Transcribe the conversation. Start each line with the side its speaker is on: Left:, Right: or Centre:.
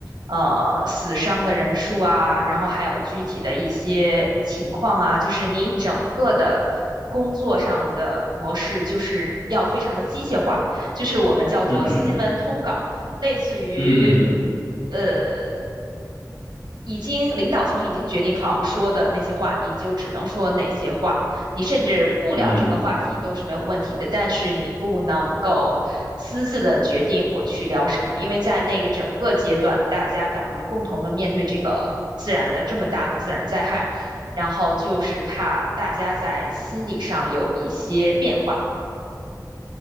Right: 呃，死伤的人数啊，然后还有具体的一些情况啊，就是你整个的工作上的模式，就是要非常的机械化，就是我们叫做新闻通稿。
Left: 嗯嗯
Right: 类似于，
Left: 嗯嗯
Right: 呃，已经领导层已经决定好说的那些话，你就只能说哪些话。你甚至不聊这个话题都是没有问题的，
Left: 嗯。
Right: 但是你不能够私自的决定我去聊什么，因为在那个整个阶段，大家等于共同的面对这个自然的这么大的自然灾害，然后就是怕大家在心理上有一些变化。